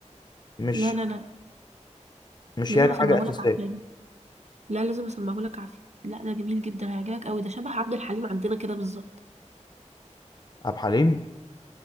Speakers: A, on the left; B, on the right.
A: مش
B: لا لا لا
A: مش
B: لازم
A: يعني
B: اسمعهولك
A: حاجه اساسيه
B: عافيه لا لازم اسمعهولك عافيه لا ده جميل جدا هيعجبك قوي ده شبه عبد الحليم عندنا كده بالظبط
A: عبد الحليم